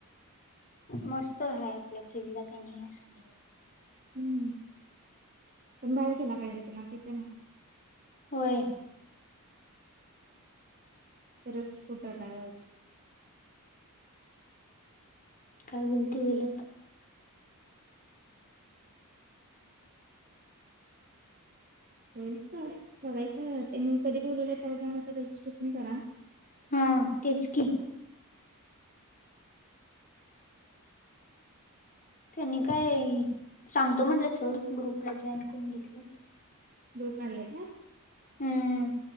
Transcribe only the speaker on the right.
हम्म. पण बाहेर गला पाहिजे तुला तिथे नाही.
<unintelligible> फोट काय वायच.
तो <unintelligible> बघायचं ते मगकधी बोलवलं तव्हा जाऊन आता रजिस्ट्रेशन करा.
व्हिडिओ काढल्यात काय?